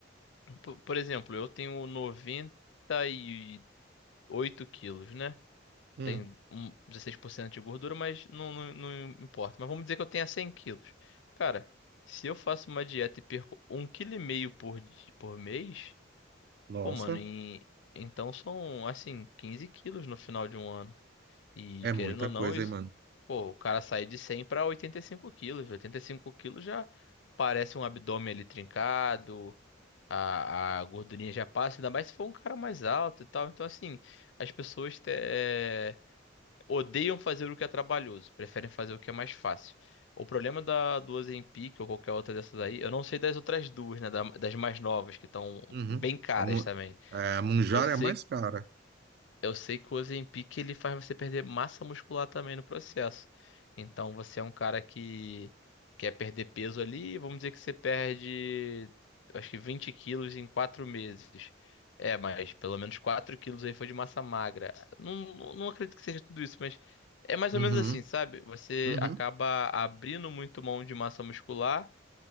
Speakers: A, on the left (about 70°); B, on the right (about 55°).
A: Por, por exemplo, eu tenho noventa e oito quilos, né?
B: Hum,
A: Tenho um 16% de gordura, mas não, não, não importa. Mas vamos dizer que eu tenha 100 quilos. Cara, se eu faço uma dieta e perco 1,5 kg por, di- por mês,
B: nossa,
A: pô, mano, em- então são, assim, 15 quilos no final de um ano. E
B: é
A: querendo
B: muita
A: ou não,
B: coisa,
A: isso-
B: hein, mano?
A: pô, o cara sair de 100 para 85 quilos. oitenta e cinco quilos já parece um abdômen ali trincado, a, a gordurinha já passa, ainda mais se for um cara mais alto e tal. Então, assim, as pessoas te- eh, odeiam fazer o que é trabalhoso, preferem fazer o que é mais fácil. O problema da, do Ozempic ou qualquer outra dessas aí, eu não sei das outras duas, né? da- das mais novas, que estão
B: Uhum.
A: bem caras
B: A, mu-
A: também.
B: é, a Mounjaro
A: Eu sei
B: é a mais cara.
A: eu sei que o Ozempic ele faz você perder massa muscular também no processo. Então você é um cara que quer perder peso ali, vamos dizer que você perde, eu acho que 20 quilos em 4 meses. É, mas pelo menos 4 quilos aí foi de massa magra. Não, não não acredito que seja tudo isso, mas é mais
B: Uhum,
A: ou menos assim, sabe? Você
B: uhum.
A: acaba abrindo muito mão de massa muscular